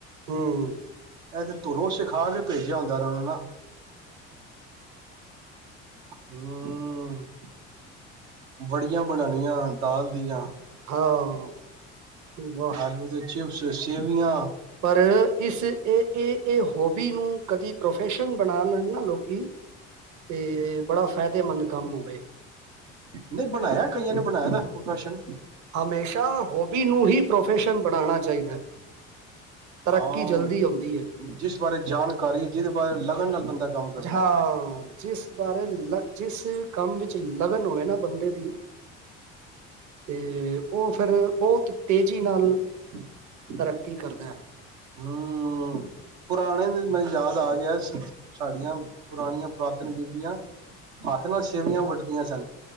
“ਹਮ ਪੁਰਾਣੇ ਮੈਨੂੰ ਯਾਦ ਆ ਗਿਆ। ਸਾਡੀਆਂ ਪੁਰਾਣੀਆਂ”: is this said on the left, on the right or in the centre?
Right